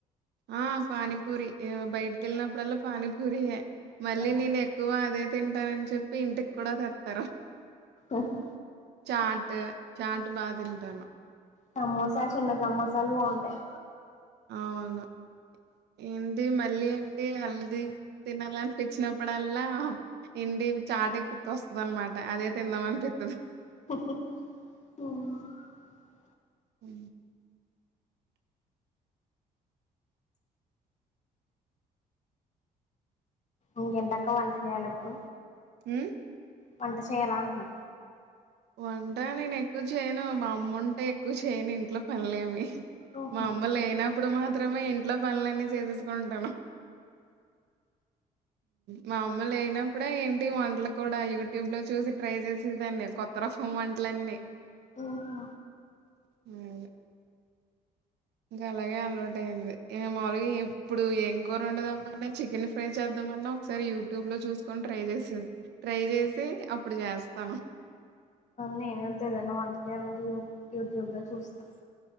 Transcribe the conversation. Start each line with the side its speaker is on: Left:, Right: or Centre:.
Right: ఆ పానీపూరి బయటికి వెళ్ళినప్పుడల్లా పానీపూరియ మళ్ళీ
Left: ఆ
Right: నేను ఎక్కువ అదే తింటానని చెప్పి ఇంటికి కూడా తెతారు
Left: ఆహ
Right: చాట్ చాట్ బాధంటన్నా
Left: సమోసా చిన్న సమోసాలు బాగుంటాయి
Right: అవును ఇంటి మళ్ళీ ఏంటి హల్ది తినాలనిపించినప్పుడల్లా ఇం చాటే గుర్తొస్తుంది. అనమాట అదే తిందామ అనిపిస్తుది.
Left: <inaudible>
Right: అ
Left: ఇంకెంతక్క వంట చేయ్యాలి అప్పుడు
Right: హ
Left: పంట చేయలా అమ్మా
Right: వంట నేను ఎక్కువ చేయను. మా అమ్మ ఉంటే ఎక్కువ చేయను. ఇంట్లో పనిలేమి
Left: ఓహో
Right: మా అమ్మలు అయినా ఇప్పుడు మాత్రమే ఇంట్లో పనులన్నీ చేసేసుకుంటాను. మా అమ్మ లేయినప్పుడే ఏంటి వంటలు కూడా యూట్యూబ్ లో చూసి ట్రై చేసేదాన్ని కొత్త రకం వంటలన్నీ.
Left: ఓహో
Right: అ ఇంకా అలాగే అలవాటు అయింది. మాములుగా ఇప్పుడు ఏం కూర ఉండదంంటే చికెన్ ఫ్రై చేద్దాం అంట. ఒకసారి యూట్యూబ్ లో చూసుకొని ట్రై చేసేది ట్రై చేసి అప్పుడు చేస్తాను.
Left: నేనేం తెదనా అంటక అంట యూట్యూబ్ లో చూస్తాను